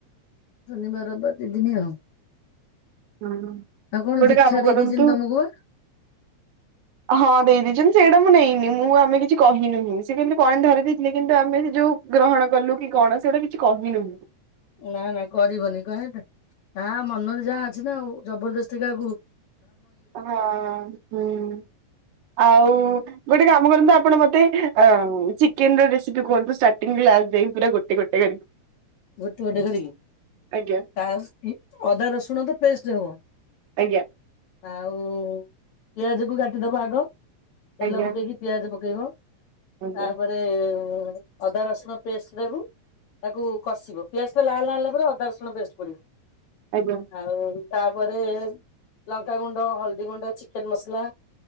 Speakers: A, on the left; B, on the right.
A: ଶନିବାର ରବିବାର ଦି ଦିନି ଆଉ।
B: ହୁଁ
A: ଆଉ କଣ
B: ଗୋଟେ
A: ଦୀକ୍ଷା
B: କାମ
A: ଦେଇ
B: କରନ୍ତୁ
A: ଦେଇେଇଛନ୍ତି ତମକୁ ବା।
B: ହଁ ଦେଇଦେଇଛନ୍ତି ସେଇଟା ମୁଁ ନେଇନି ମୁଁ ଆମେ କିଛି କହିନୁହଁ ସେ କେମତି କଣ ଧରି ଦେଇେଇଥିଲେ କିନ୍ତୁ ଆମେ ସେ ଯୋଉ ଗ୍ରହଣ କଲୁ କି କଣ ସେଇଟା କିଛି କହିନୁହଁ।
A: ନା ନା କରିବନି କହ କାହା ମନରେ ଯାହା ଅଛି ନା ଆଉ ଜବରଦସ୍ତିକା କା‌ହାକୁ।
B: ହଁ ହୁଁ ଆଉ ଗୋଟେ କାମ କରନ୍ତୁ ଆ ଆପଣ ମତେ ଅ ଚିକେନ ରେସିପି କୁହନ୍ତୁ ଷ୍ଟାର୍ଟଙ୍ଗୀ ରୁ ଲାଷ୍ଟେ ଜାଏ ପୁରା ଗୋଟେ ଗୋଟେ କରିକି।
A: ଗୋଟେ ଗଟେ କରିକି
B: ଆଜ୍ଞା
A: ତା ଅଦା ରସୁଣ ତ ପେଷ୍ଟ ହବ।
B: ଆଜ୍ଞା
A: ଆଉ ପିଆଜ କୁ କାଟିଦବା ଆଗ। ତେଲ
B: ଆଜ୍ଞା
A: ପକେଇ କିି ପିଆଜ ପ ପକେଇବ।
B: ଆଜ୍ଞା
A: ତାପରେ ଏ ଅଦା ରସୁଣ ପେଷ୍ଟ୍ ଟାକୁ ତାକୁ କଷିବ ପିଆଜ ଟା ଲାଲ୍ ଲାଲ୍ ହେଲା ପରେ ଅଦା ରସୁଣ ପେଷ୍ଟ୍ ପଡ଼ିବ।
B: ଆଜ୍ଞା।
A: ଆଉ। ତାପରେ ଏ ଲଙ୍କା ଗୁଣ୍ଡ ହଳଦୀ ଗୁଣ୍ଡ ଚିକେନ ମସଲା